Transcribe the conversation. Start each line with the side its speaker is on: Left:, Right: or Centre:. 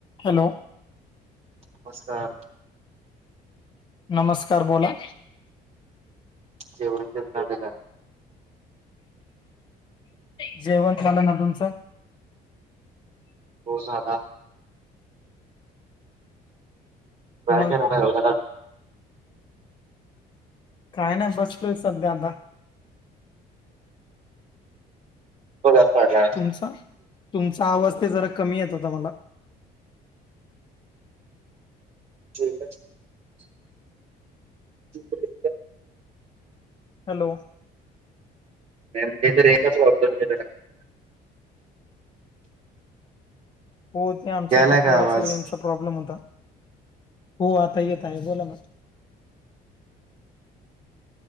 Left: Hello.
Right: नमस्कार.
Left: नमस्कार बोला.
Right: जेवण तेन झाले का?
Left: जेवंत झालं ना. तुमचं?
Right: हो झालं. काय
Left: मग
Right: <unintelligible>
Left: काय नाही, बसलोय सध्या आता.
Right: <unintelligible> पडला.
Left: तुमचा तुमचा आवाज ते जरा कमी येत होता मला.
Right: <unintelligible>
Left: हॅलो.
Right: आमच्या इथे रेंज चा प्रॉब्लेम आहे जरा.
Left: हो ते आमच्या
Right: यालाय
Left: इथे
Right: का
Left: थोडासा
Right: आवाज?
Left: रेंजचा प्रॉब्लेम होता, हो आता येत आहे बोला ना.